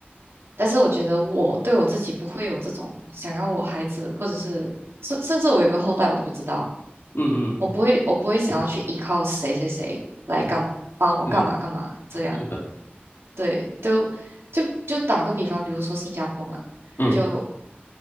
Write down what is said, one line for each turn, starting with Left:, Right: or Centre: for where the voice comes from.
Right: 但是我觉得我对我自己不会有这种想要我孩子，或者是甚甚至我有没有后代我都不知道，
Left: 嗯嗯
Right: 我不会我不会想要去依靠谁谁谁来干嘛帮我干嘛干嘛这样。
Left: 嗯嗯，是的，是的，
Right: 对，都就就打个比方，比如说新加坡嘛，
Left: 嗯
Right: 就